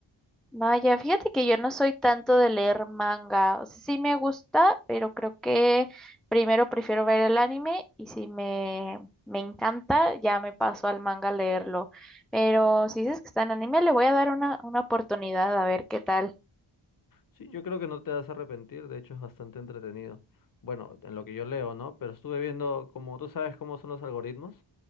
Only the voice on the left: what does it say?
Sí, yo creo que no te vas a arrepentir, de hecho es bastante entretenido. Bueno, en lo que yo leo, ¿no? Pero estuve viendo, como tú sabes cómo son los algoritmos,